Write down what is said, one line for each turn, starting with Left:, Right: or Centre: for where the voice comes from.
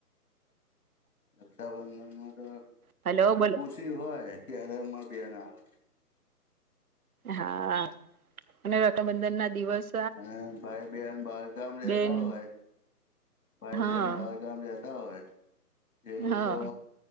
Left: રક્ષાબંધનમાં તો.
Right: હલો બોલો.
Left: ખુશી હોય ક્યારેમાં બેન આવે.
Right: હા અને રઠાબંધન ના દિવસ
Left: અને ભાઈ બહેન બાર ગામ રેતા
Right: બેન
Left: હોય ભાઈ
Right: હા
Left: બેન બાર ગામ રહેતા હોય. એ લોકો
Right: હા